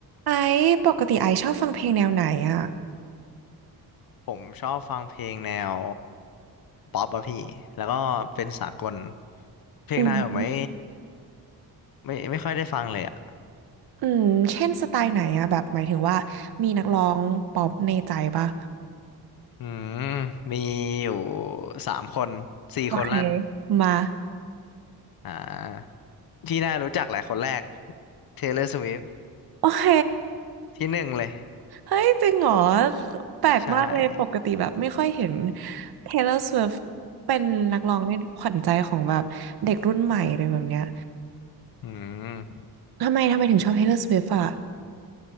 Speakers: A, on the right; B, on the left.
A: ไอซ์ปกติไอซ์ชอบฟังเพลงแนวไหนอ่ะ
B: ผมชอบฟังเพลงแนวป๊อปอะพี่แล้วก็เป็นสากล เพลงไทยผมไม่
A: อืม
B: ไม่ไม่ค่อยได้ฟังเลยอะ
A: อืมเช่นสไตล์ไหนอ่ะแบบหมายถึงว่ามีนักร้องป๊อปในใจปะ
B: อืมมีอยู่สามคนสี่คนลั่น
A: โอเคมา
B: อ่าพี่น่ารู้จักแหละคนแรก Taylor Swift
A: โอเค
B: ที่หนึ่งเลย
A: เฮ้ยจริงเหรอแปลกมากเลยปกติแบบไม่ค่อยเห็น
B: ใช่
A: Taylor Swift เป็นนักร้องในขวัญใจของแบบเด็กรุ่นใหม่อะไรแบบเนี้ย
B: อืม
A: ทำไมทำไมถึงชอบ Taylor Swift อ่ะ